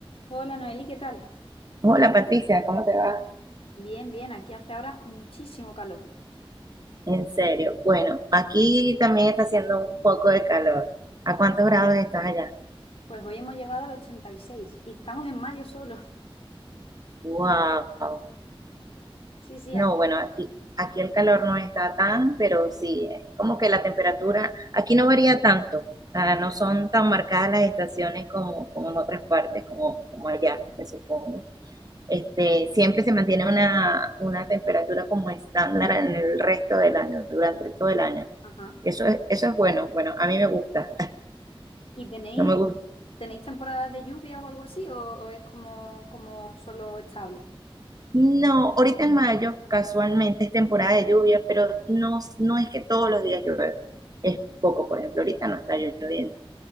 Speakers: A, on the left (about 80°); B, on the right (about 40°).
A: Hola Noeli, ¿qué tal?
B: Hola Patricia, ¿cómo te va?
A: Bien, bien, aquí hace ahora muchísimo calor.
B: En serio, bueno, aquí también está haciendo un poco de calor. ¿A cuántos grados estás allá?
A: Pues hoy hemos llegado a los 36 y seis y estamos en mayo solo. <laughs>
B: Wow.
A: Sí, sí,
B: No,
A: aquí.
B: bueno, aquí, aquí el calor no está tan, pero sí, es como que la temperatura aquí no varía tanto. Ah, no son tan marcadas las estaciones como, como en otras partes, como, como allá, me supongo. Este, siempre se mantiene una, una temperatura como estándar en el resto del año, durante todo el año.
A: Ajá.
B: Eso es, eso es bueno, bueno, a mí me gusta.
A: ¿Y tenéis,
B: No me gusta
A: tenéis temporadas de lluvia o algo así o, o es como, como solo estable?
B: No, ahorita en mayo, casualmente es temporada de lluvia, pero no, no es que todos los días llueve. Es poco, por ejemplo, ahorita no está lloviendo.